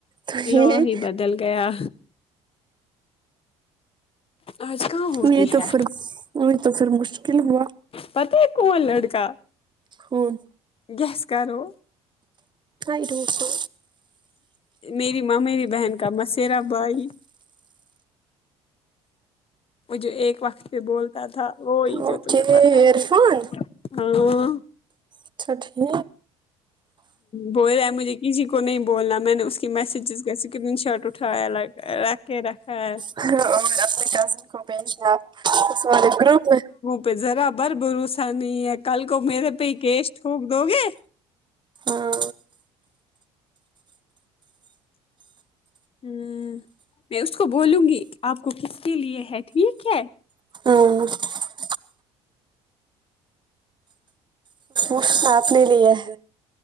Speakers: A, on the right (about 30°); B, on the left (about 40°).
A: تو
B: لا
A: یہ
B: ہی بدل گیا آج کہاں ہوتی
A: یہ تو
B: ہے
A: پھر یہ تو پھر مشکل ہوا
B: پتا ہے کون لڑکا
A: ہوں
B: گیس کرو
A: آئی رو سو
B: میری ماں میری بہن کا مسرا بھائی وہ جو ایک وقت سے بولتا تھا وہی
A: اوکے
B: جو تمہیں پتا ہے
A: عرفان
B: ہاں
A: اچھا ٹھیک
B: بول رہا ہے مجھے کسی کو نہیں بولنا میں نے اس کے میسجز کاس کرن شاٹ اٹھایا لائ رکھے رکھا ہے
A: اور اپنے کزن کو بھیجناار تو سے گروپ میں
B: پ ذرا بر بھروسا نہیں ہے کل کو میرے پہ ہی کیش ٹوک دو گے
A: ہاں
B: ہوں میں اس کو بولوں گی آپ کو کس کے لیے ہے ٹھیک ہے
A: ہاں اسنیپ نے لیا ہے